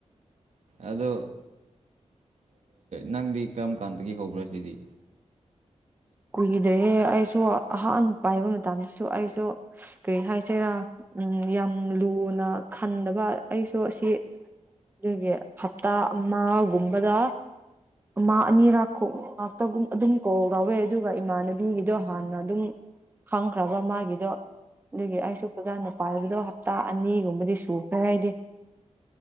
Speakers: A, on the right; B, on the right.
A: ꯑꯗꯣ ꯅꯪꯗꯤ ꯀꯔꯝ ꯀꯥꯟꯗꯒꯤ ꯍꯧꯕ꯭ꯔꯥ ꯁꯤꯗꯤ
B: ꯀꯨꯏꯗ꯭ꯔꯦ ꯑꯩꯁꯨ ꯑꯍꯥꯟꯕ ꯄꯥꯏꯕ ꯃꯇꯝꯗꯁꯨ ꯑꯩꯁꯨ ꯀꯔꯤ ꯍꯥꯏꯁ‌ꯦꯔꯥ ꯎꯝ ꯌꯥꯝ ꯂꯨꯅ ꯈꯟꯗꯕ ꯑꯩꯁꯨ ꯑꯁꯤ ꯑꯗꯨꯒꯤ ꯍꯞꯇꯥ ꯑꯃꯒꯨꯝꯕꯗ ꯃꯥ ꯑꯅꯤꯔꯥꯣꯛ ꯉꯥꯛꯇꯒ ꯑꯗꯨꯝ ꯀꯣꯛ ꯌꯥꯎꯋꯦ ꯑꯗꯨꯒ ꯏꯃꯥꯟꯅꯕꯤꯒꯤꯗꯣ ꯍꯥꯟꯅ ꯑꯗꯨꯝ ꯈꯪꯈ꯭ꯔꯕ ꯃꯥꯒꯤꯗꯣ ꯑꯗꯨꯒꯤ ꯑꯩꯁꯨ ꯐꯖꯥꯅ ꯄꯥꯏꯕꯗꯣ ꯍꯞꯇꯥ ꯑꯅꯤꯒꯨꯝꯕꯗꯤ ꯁꯨꯈ꯭ꯔꯦ ꯍꯥꯏꯗꯤ